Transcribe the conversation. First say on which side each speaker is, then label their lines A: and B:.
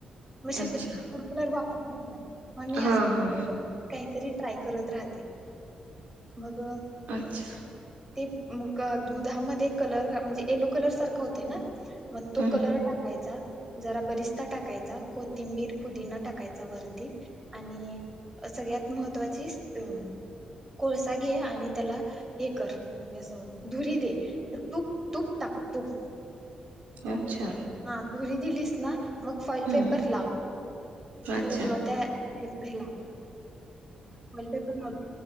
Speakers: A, on the right (about 15°); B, on the right (about 85°).
A: म शक्यतो
B: अच्छा
A: फूड कलर, वापरतच नाही, मग मी
B: हा
A: असं
B: हा
A: काहीतरी ट्राय करत राहते, मग
B: अच्छा
A: ते, म क दुधामध्ये कलर, म्हणजे येलो कलर सारखं होतय ना? मग तो
B: हम्म
A: कलर टाकायचा, जरा बरिस्ता टाकायचा, कोथिंबीर, पुदिना टाकायचा वरती आणि सगळ्यात महत्वाची, स अ कोळसा घे आणि त्याला हे कर, म्हणजे असं धुरी दे. तुप, तुप टाक, तुप
B: अच्छा.
A: हां, धुरी दिलीस ना, मग फॉईल
B: हम्म
A: पेपर लाव.
B: अच्छा
A: पूर्ण, त्या ह्याला, वॉलपेपर लाव